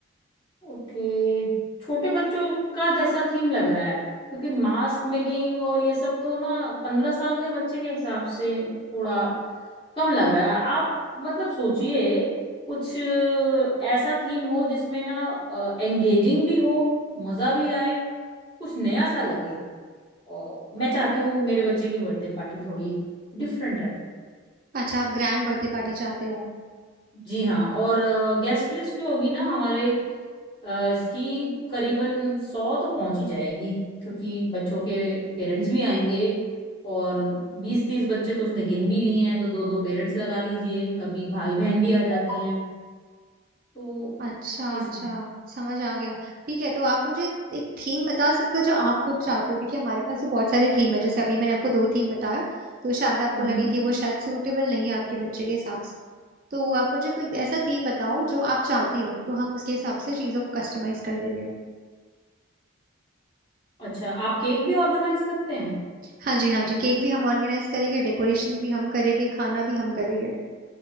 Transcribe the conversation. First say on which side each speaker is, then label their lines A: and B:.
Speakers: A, on the left; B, on the right.
A: ओके छोटे बच्चों का जैसा थीम लग रहा है क्योंकि मास्क मेकिंग और ये सब तो ना पंद्रह साल के बच्चे के हिसाब से थोड़ा कम लग रहा है आप मतलब सोचिए कुछ अ, ऐसा थीम हो जिसमें ना एंगेजिंग भी हो मजा भी आए कुछ नया सा लगे और मैं चाहती हूँ मेरे बच्चे की बर्थडे पार्टी थोड़ी डिफरेंट रहे
B: अच्छा आप ग्रैंड बर्थडे पार्टी चाहते हो
A: जी हाँ और गेस्ट लिस्ट जो होगी ना हमारे अ, इसकी करीबन सौ तो पहुंच ही जाएगी क्योंकि बच्चों के पेरेंट्स भी आएंगे और बीस तीस बच्चे तो उसने गिन भी लिए हैं तो दो दो पेरेंट्स लगा लीजिए कभी भाई बहन भी आ जाते हैं तो
B: अच्छा
A: ये सब
B: अच्छा समझ आ गया ठीक है तो आप मुझे एक थीम बता सकते हो जो आप खुद चाहते हो क्योंकि हमारे पास तो बहुत सारे थीम है जैसे अभी मैंने आपको दो थीम बताया तो शायद आपको
A: हम्म
B: लगे कि वो शायद सूटेबल नहीं है आपके बच्चे के हिसाब से तो आप मुझे कोई ऐसा थीम बताओ जो आप चाहते हो तो हम उसके हिसाब से चीज़ों को कस्टमाइज कर देंगे
A: अच्छा आप केक भी ऑर्गेनाइज करते हैं
B: हाँ जी हाँ जी केक भी हम ऑर्गेनाइज करेंगे डेकोरेशन भी हम करेंगे खाना भी हम करेंगे